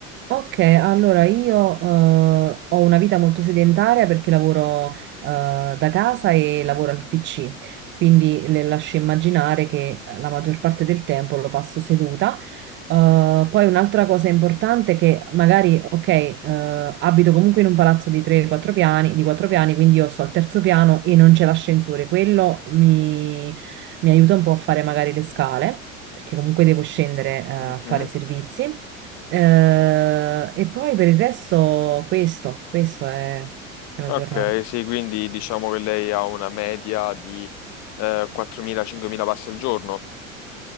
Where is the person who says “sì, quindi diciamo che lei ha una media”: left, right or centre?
Left